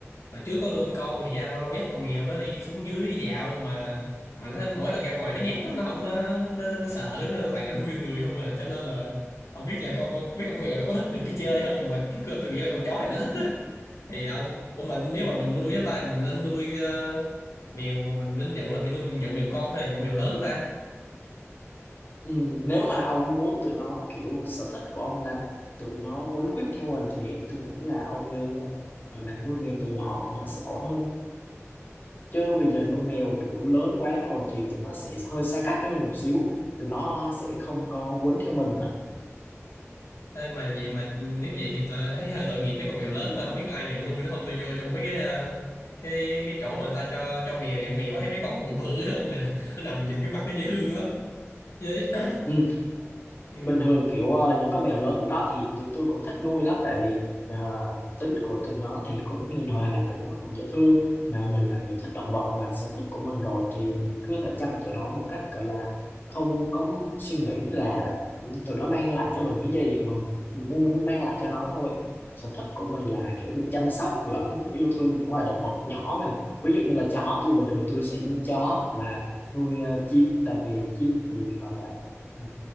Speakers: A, on the left (about 75°); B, on the left (about 40°).
A: hồi trước có nuôi con con thì ra lâu lâu dắt con mèo nó đi xuống dưới đi dạo mà mà nó mỗi lần ra ngoài nó nhát lắm nó không nó nó, nó sợ nó toàn là đu vô người không à cho nên là không biết là con con mấy con mèo nó có thích được đi chơi không mà cái cơ tôi nghĩ là con chó này nó thích á thì ông ông mình nếu mà mình nuôi á tay mình nên nuôi ờ, mèo mình nên nhận là mình nuôi mình nhận mèo con hay là nhận mèo lớn ta
B: Ừ, nếu mà ông muốn tụi nó kiểu sở thích của ông là tụi nó quấn quýt theo mình thì tôi nghĩ là ông nên ờ, gọi là nuôi mèo từ nhỏ thì nó sẽ ổn hơn. Chứ bây giờ nuôi mèo kiểu lớn quá rồi thì tụi nó sẽ hơi xa cách với mình một xíu, tụi nó sẽ không có quấn theo mình nữa.
A: Thế mà vậy mà nếu vậy thì tôi thấy hơi tội nghiệp với con mèo lớn mà không biết có ai nhận nuôi nó không tôi vô trong mấy cái ờ, cái cái chỗ mà người ta cho cho mèo nhận mèo thấy mấy con bự bự <laughs> không nè nó nằm nhìn cái mặt nó dễ thương lắm vậy <coughs>
B: Ừ.
A: ừ,
B: bình thường kiểu ờ, những con mèo lớn đó thì tụi tôi cũng thích nuôi lắm tại vì ờ, tính của tụi nó thì cũng hiền hòa tụi nó cũng dễ thương mà mình là người thích động vật mà sở thích của mình rồi thì mình cứ thể chăm tụi nó một cách gọi là không có suy nghĩ là tụi nó mang lại cho mình cái gì mà mình muốn mang lại cho nó thôi sở thích của mình là kiểu được chăm sóc lẫn yêu thương những loài động vật nhỏ mà ví dụ như là chó tôi bình thường tôi sẽ nuôi chó hoặc là nuôi ờ, chim tại vì chim thì gọi là ờ,